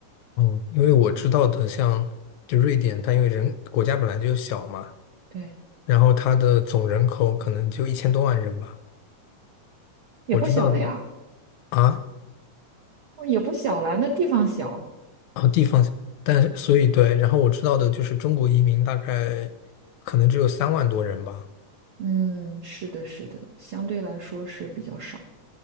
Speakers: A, on the left; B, on the right.
A: 哦，因为我知道的像，就瑞典，它因为人国家本来就小嘛。
B: 对，
A: 然后它的总人口可能就一千多万人吧。
B: 也不小了呀，
A: 我知道的啊
B: 哦也不小了，那地方小，
A: 啊地方，但是所以对，然后我知道的就是中国移民大概可能只有三万多人吧。
B: 嗯，是的，是的，相对来说是比较少，